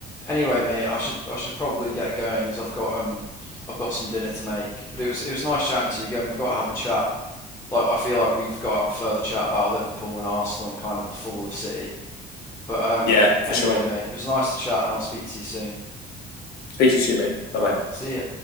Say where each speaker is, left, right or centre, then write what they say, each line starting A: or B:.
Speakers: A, on the left; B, on the left.
A: anyway, mate, I should I should probably get going as I've got um I've got some dinner to make. But it was it was nice chatting to you again. We've got to have a chat. Like I feel like we've got to have a further chat about Liverpool and Arsenal and kind of the fall of City. But um,
B: Yeah, for
A: anyway,
B: sure.
A: mate, it was nice to chat, and I'll speak to you soon.
B: Speak to you too, mate. Bye
A: All
B: bye.
A: right, see ya.